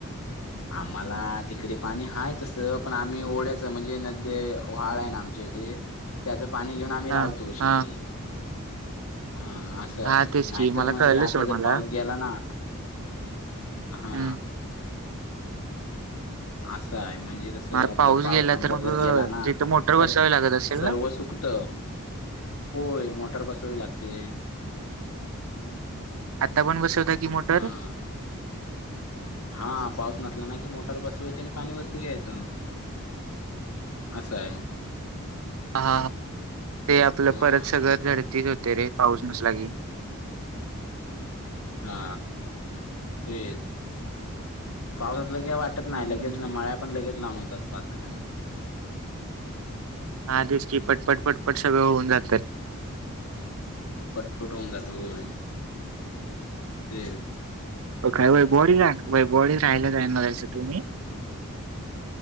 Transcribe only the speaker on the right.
हा
हा
हा तेच
की मला
कळलं
सोड
मला
हम्म.
मग
गेला
तर मग
जिथं मोटर बसावी
लागत असेल
ना?
आता पण बसवता ती मोटर?
हा ते आपलं
परत सगळं घड तेच होतंय रे पाऊस नसला की.
हम्म.
हा तेच की पटपट पटपट सगळं होऊन जातात.
काय वैभववाडीला वैभववाडील राहायला जाणार हैसा तुम्ही?